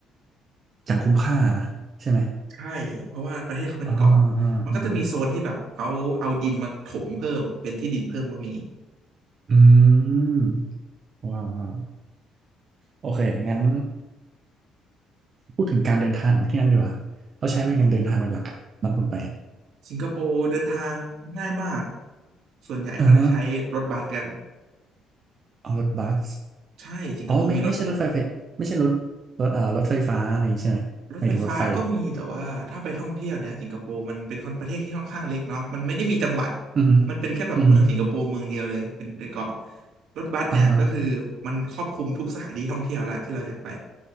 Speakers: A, on the right; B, on the right.
A: อย่างคุ้มค่านะใช่ไหม
B: ใช่เพราะว่าประเทศเขาเป็นเกาะ
A: อ่าอ่าอ่า
B: มันก็จะมีโซนที่แบบเขาเอาดินมาถมเพิ่มเป็นที่ดินเพิ่มก็มี
A: อืมว้าวว้าวโอเคงั้นพูดถึงการเดินทางของที่นั่นดีกว่าเขาใช้อะไรกันเดินทางเป็นหลักอะตอนคุณไปอะ
B: สิงคโปร์เดินทางง่ายมากส่วนใหญ่เขาจะใช้รถบัสกัน
A: อือฮะเอารถบัส
B: ใช่สิงคโปร์มีรถ
A: อ๋อไม่ไม่ใช่รถไฟไฟไม่ใช่รถรถอ่ารถไฟฟ้าอะไรอย่างงี้ใช่ไหมหมายถึงรถไฟ
B: รถไฟฟ้าก็มีแต่ว่าถ้าไปท่องเที่ยวเนี่ยสิงคโปร์มันเป็นคนประเทศที่ค่อนข้างเล็กเนาะมันไม่ได้มีจังหวัด
A: อือฮึ
B: มันเป็นแค่แบบเมืองสิงคโปร์เมืองเดียวเลยเป็นเป็นเกาะ
A: อือฮึ
B: รถบัสเนี่ยก็คือมันครอบคลุมทุกสถานที่ท่องเที่ยวละที่เราอยากไป
A: อ่าฮะ